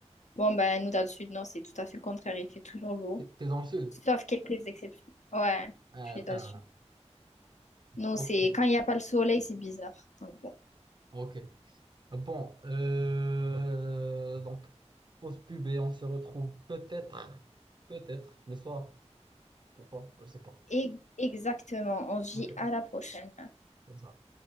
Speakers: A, on the left; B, on the right.
A: Bon, ben, nous, dans le sud, non, c'est tout à fait le contraire. Il fait toujours beau.
B: T'es t'es dans le sud?
A: Sauf quelques exceptions. Ouais,
B: Ah,
A: je suis dans
B: ben,
A: le sud. Non,
B: ok,
A: c'est quand il n'y a pas le soleil, c'est bizarre. Donc, bon.
B: ok. Bon, euh, donc, pause pub et on se retrouve peut-être, peut-être le soir ou pas, je sais pas.
A: Et exactement. On vit
B: Ok,
A: à la prochaine.
B: c'est ça.